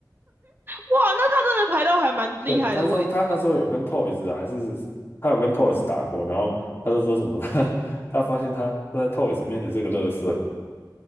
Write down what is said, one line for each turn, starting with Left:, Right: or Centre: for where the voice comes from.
Right: 哇，那他真的排到还蛮厉害的位置，
Left: <laughs> 对，他说他那时候有跟 Toys 还是他有跟 Toys 打过，然后他就说什么他 <laughs> 他发现他他在 Toys 面前是个乐色，